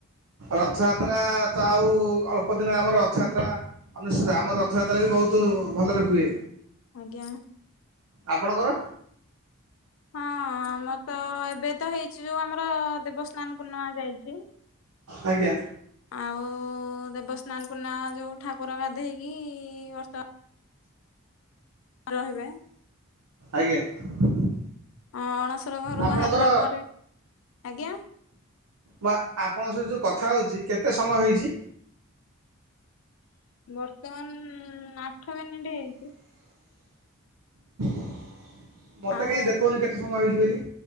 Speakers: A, on the right; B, on the left.
A: ରଥଯାତ୍ରା ତ ଆଉ ଅଳ୍ପ ଦିନ ଆମର ରଥଯାତ୍ରା ଅନୁଷ୍ଠିତ ଆମର ରଥଯାତ୍ରା ବି ବହୁତ ବହୁତ ଭଲରେ ହୁଏ।
B: ଆଜ୍ଞା।
A: ଆପଣଙ୍କର?
B: ହଁ ଆମର ତ ଏବେ ତ ହେଇଛି ଯୋଉ ଆମର ଦେବସ୍ନାନ ପୂର୍ଣ୍ଣିମା ଯାଇଛି।
A: ଆଜ୍ଞା
B: ଆଉ ଦେବସ୍ନାନ ପୂର୍ଣ୍ଣା ଯୋଉଁ ଠାକୁର ଗାଧେଇକି ବର୍ଷମାନ ରହିବେ।
A: ଆଜ୍ଞା <inaudible>
B: ଅ ଅଣସର ଘରୁ
A: ଆପଣଙ୍କର
B: ବାହାରିଲା ପରେ ଆଜ୍ଞା?
A: ବା ଆପଣଙ୍କ ସହି ଯୋଉ କଥା ହଉଛି କେତେ ସମୟ ହେଇଛି?
B: ବର୍ତ୍ତମାନ ଆଠ ମିନିଟ ହେଇଛି।
A: <inaudible> ମତେ
B: ଆଉ
A: କାହିଁ ଦେଖଉନି କେତେ ସମୟ ହେଇଛି ବୋଲି?